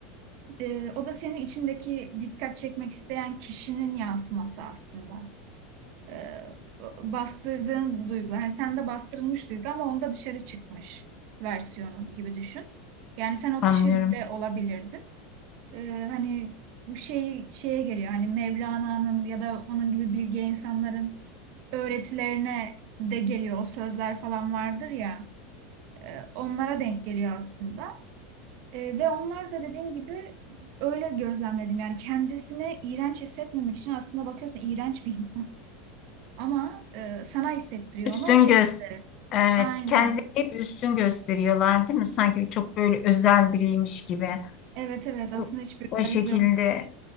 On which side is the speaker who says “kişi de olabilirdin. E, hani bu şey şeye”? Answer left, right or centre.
Right